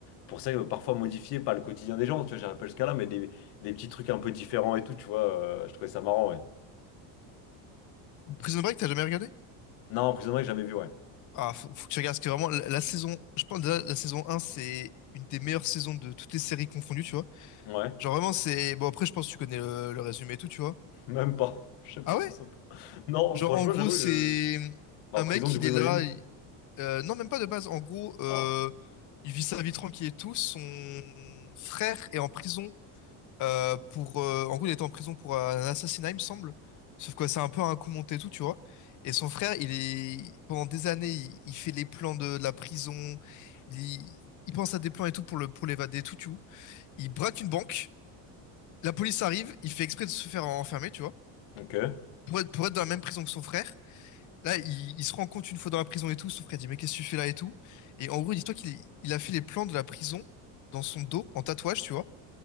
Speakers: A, on the left; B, on the left.
A: pour ça, euh, parfois modifier pas le quotidien des gens, tu vois, j'arrive pas jusqu'à là, mais des, des petits trucs un peu différents et tout, tu vois, euh, je trouvais ça marrant, ouais.
B: Prison Break, t'as jamais regardé?
A: Non, Prison Break, j'ai jamais vu, ouais.
B: Ah, faut, faut que tu regardes, parce que vraiment, la, la saison, je pense déjà, la saison 1, c'est une des meilleures saisons de toutes les séries confondues, tu vois.
A: Ouais,
B: Genre vraiment, c'est... Bon, après, je pense que tu connais le, le résumé et tout, tu vois.
A: même pas. <laughs> Je sais
B: Ah
A: pas trop
B: ouais?
A: ça. Non,
B: Genre,
A: franchement,
B: en gros,
A: j'avoue,
B: c'est
A: je. Bah,
B: un
A: prison,
B: mec,
A: du
B: il
A: coup,
B: est
A: j'imagine.
B: là... il- euh, non, même pas de base. En gros, euh,
A: Ah.
B: il vit sa vie tranquille et tout. Son frère est en prison euh, pour euh, en gros il était en prison pour euh, un assassinat il me semble sauf que c'est un peu un coup monté et tout tu vois et son frère il est pendant des années il, il fait les plans de, de la prison il, il pense à des plans et tout pour le pour l'évader et tout tu vois il braque une banque la police arrive il fait exprès de se faire enfermer tu vois
A: Ok.
B: pour être pour être dans la même prison que son frère Là, il, il se rend compte une fois dans la prison et tout, son frère dit, mais qu'est-ce que tu fais là et tout. Et en gros, dis-toi qu'il il a fait les plans de la prison dans son dos, en tatouage, tu vois.